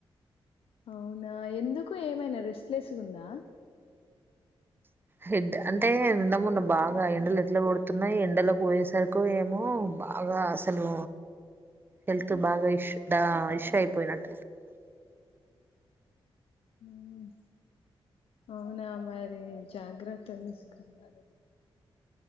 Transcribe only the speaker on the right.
హెడ్ అంటే నిన్నమున్న బాగా ఎండలు ఎట్లా కొడుతున్నాయి ఎండలకు పోయేసరికు ఏమో బాగా అసలు హెల్త్ బాగా ఇష్యూ ఇష్యూ అయిపోయినట్టు